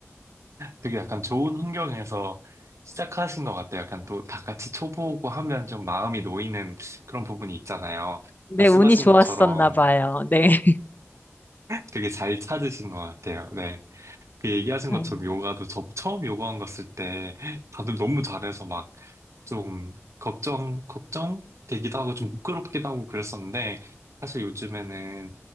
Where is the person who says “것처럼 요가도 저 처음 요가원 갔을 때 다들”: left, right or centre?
Right